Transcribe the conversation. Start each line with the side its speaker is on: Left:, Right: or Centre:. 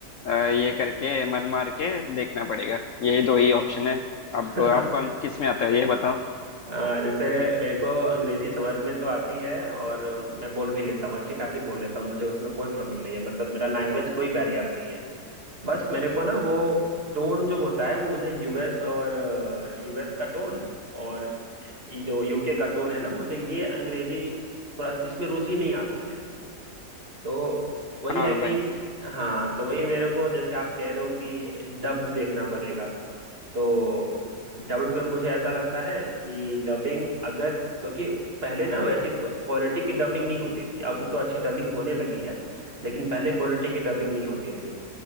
Left: अ, ये करके मन मार के देखना पड़ेगा यही दो ही ऑप्शन है अब
Right: <laughs>
Left: आप कौन किस में आता है ये बताओ
Right: आ, जैसे मेरे को अंग्रेजी समझ में तो आती है और मैं बोल भी लेता हूँ अच्छी खासी बोल लेता हूँ मुझे उसमें कोई प्रॉब्लम नहीं है मतलब मेरा लैंग्वेज कोई बैरियर नहीं है बस मेरे को ना वो टोन जो होता है वो मुझे यूएस और यूएस का टोन और ये जो यूके का टोन है ना मुझे ये अंग्रेजी थोड़ा इसमें रुचि नहीं आती है तो वही
Left: हाँ
Right: है कि
Left: भाई
Right: हाँ तो वही मेरे को जैसे आप कह रहे हो कि डब देखना पड़ेगा तो डब्ड में मुझे ऐसा लगता है कि डबिंग अगर क्योंकि पहले ना वैसे क्वालिटी की डबिंग नहीं होती थी अब तो अच्छी डबिंग होने लगी है लेकिन पहले क्वालिटी की डबिंग नहीं होती थी